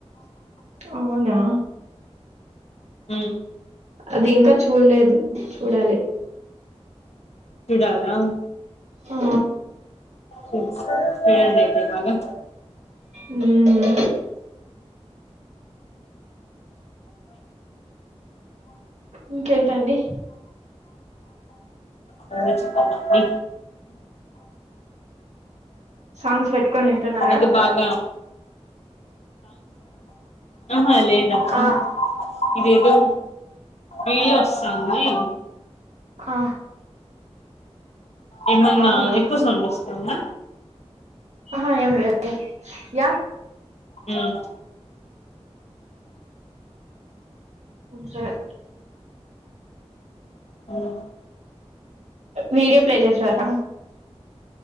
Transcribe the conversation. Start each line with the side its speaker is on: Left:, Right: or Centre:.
Right: అవునా
Left: ఉ
Right: అది ఇంకా చూడలేదు చూడాలి
Left: చూడాలా
Right: ఆ
Left: చూడండి అయితే బాగా
Right: ఉమ్ ఇంకేంటండి
Left: నువ్వే చెప్పల్లండి
Right: సాంగ్స్ పెట్టుకొని వింటున్నారా
Left: అది బాగా అహ లేదక్కా
Right: ఆ
Left: ఇదేదో రీల్ వస్తాంది
Right: ఆ
Left: ఏమన్నా
Right: అవునా
Left: ఎక్కువ సౌండ్ వస్తాంద
Right: అహ ఏం లేదు య
Left: ఉమ్,
Right: సరే
Left: అవును
Right: వీడియో ప్లే చేసారా